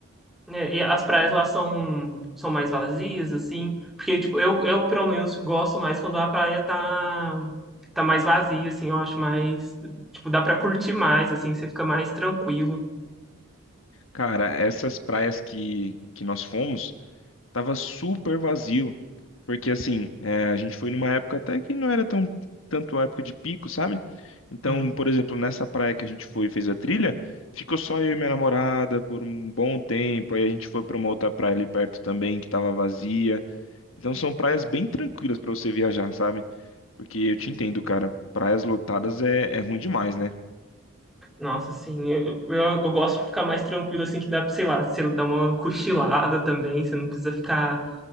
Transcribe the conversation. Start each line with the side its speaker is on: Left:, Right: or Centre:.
Centre: É, e as praias lá são, são mais vazias, assim? Porque, tipo, eu, eu, pelo menos, gosto mais quando a praia tá, tá mais vazia, assim. Eu acho mais... Tipo, dá pra curtir mais, assim. Você fica mais tranquilo.
Left: Cara, essas praias que, que nós fomos, tava super vazio. Porque assim, é, a gente foi numa época até que não era tão tanto a época de pico, sabe? Então,
Centre: Uhum.
Left: por exemplo, nessa praia que a gente foi e fez a trilha, ficou só eu e minha namorada por um bom tempo. Aí a gente foi pra uma outra praia ali perto também que tava vazia. Então são praias bem tranquilas pra você viajar, sabe? Porque eu te entendo, cara. Praias lotadas é, é ruim demais, né?
Centre: Nossa, assim, eu, eu, eu gosto de ficar mais tranquilo, assim, que dá, pra, sei lá, você dá uma cochilada também, você não precisa ficar